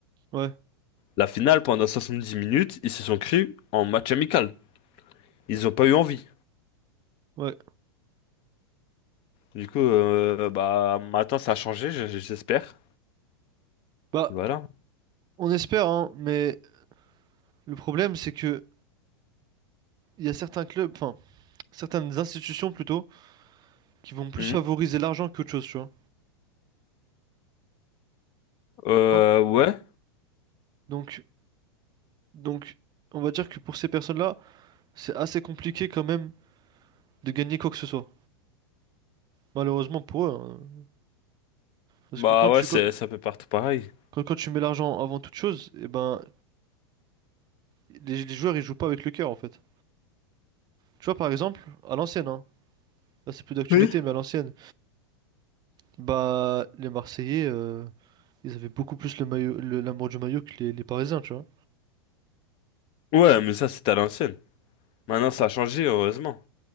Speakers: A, on the right; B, on the left.
A: ouais,
B: La finale, pendant 70 minutes, ils se sont cru en match amical. Ils n'ont pas eu envie.
A: ouais.
B: Du coup, euh, bah maintenant ça a changé, je- je- j'espère.
A: Bah,
B: Voilà.
A: On espère, hein, mais le problème, c'est que il y a certains clubs, enfin, certaines institutions plutôt, qui vont plus
B: Mhm.
A: favoriser l'argent qu'autre chose, tu vois.
B: Euh,
A: Hein
B: ouais.
A: Donc, donc, on va dire que pour ces personnes-là, c'est assez compliqué quand même de gagner quoi que ce soit. Malheureusement pour eux, hein. Parce
B: Bah
A: que quand tu,
B: ouais, c'est
A: quand,
B: c'est un peu partout pareil.
A: quand- quand tu mets l'argent avant toute chose, et ben, les, les joueurs, ils jouent pas avec le cœur, en fait. Tu vois, par exemple, à l'ancienne, hein, là, c'est plus d'actualité,
B: Oui.
A: mais à l'ancienne, bah, les Marseillais, euh, ils avaient beaucoup plus le maillot, le- l'amour du maillot que les, les Parisiens, tu vois.
B: Ouais, mais ça c'était à l'ancienne. Maintenant ça a changé, heureusement.